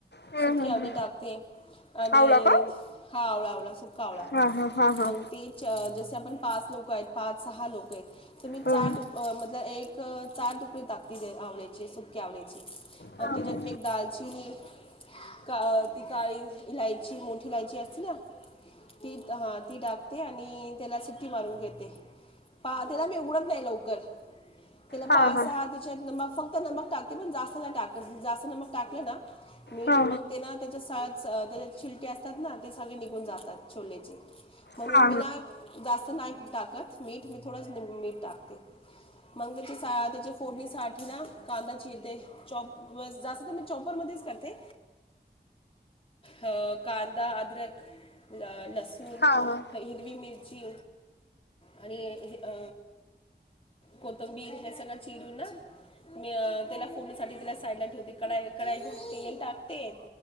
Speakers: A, on the left (about 75°); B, on the left (about 30°).
A: हम्म
B: सुके
A: हम्म
B: आवले
A: हम्म
B: टाकते. आणि
A: आवला का
B: हा आवळा-आवळा सुका आवळा,
A: हा हा हा हा.
B: मग ते ज जसं आपण पाच लोकं आहेत पाच, सहा लोकं आहेत. तर मी
A: हो.
B: चार म एक चार टाकती आवळ्याची सुके आवळ्याची आणि
A: हा
B: त्याच्यात
A: हा
B: मी एक दालचिनी का-ती काळी इलायची, मोठी इलायची असती ना ती हा ती टाकते आणि त्याला सिट्टी मारून घेते. पा त्याला मी उघडत नाही लवकर. त्याला
A: हा
B: पा-सहा
A: हा हा
B: त्याच्यात मग फक्त नमक टाकते. पण जास्त नाही टाकत, जास्त नमक टाकलं ना मीठ
A: हा
B: मगते ना त्याच्या सा अ तेजात छीलटे असतात ना, ते सगळे निघून जातात छोलेचे म्हणून
A: हा हा
B: मी ना जास्त नाही टाकत मीठ, मी थोडच मीठ टाकते. मग त्याची सा त्याची फोडणीसाठी ना कांदा चिरते, चौप व जास्त मी चौपवर मधेच करते. अह कांदा, अदरक अ लसू सून
A: हा हा
B: हिरवी मिर्च ची आणि हे-अ कोतंबीर हे सगळं चिरून मी त्याला फोडणीसाठी त्याला साईडला ठेवते. कडा कडाईत तेल टाकते